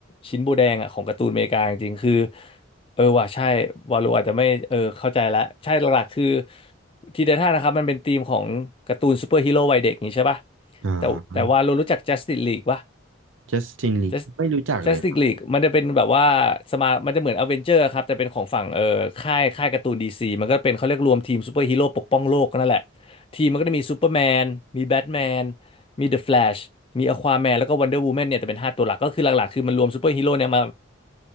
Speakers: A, on the left; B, on the right.
A: ชิ้นโบแดงอ่ะของการ์ตูนอเมริกาจริงๆคือ เออว่ะใช่วาโลอาจจะไม่เออเข้าใจแล้วใช่หลักๆคือทีนไททันนะครับมันเป็นธีมของการ์ตูนซูเปอร์ฮีโร่วัยเด็กนี้ใช่ป่ะ
B: อ่า
A: แต่แต่วาโลรู้จัก Justice League ปะ
B: จัสตินลีไม่รู้จักเลยครับ
A: Just- Justice League มันจะเป็นแบบว่าสมามันจะเหมือนอเวนเจอร์ครับแต่เป็นของฝั่งเอ่อค่ายค่ายการ์ตูนดีซีมันก็เป็นเขาเรียกรวมทีมซูเปอร์ฮีโร่ปกป้องโลกก็นั่นแหละทีมมันก็จะมีซูเปอร์แมนมีแบทแมนมีเดอะแฟลชมีอควาแมนแล้วก็วันเดอร์วูแมนเนี่ยแต่เป็น5ตัวหลักก็คือหลักๆคือมันรวมซูเปอร์ฮีโร่เนี่ยมา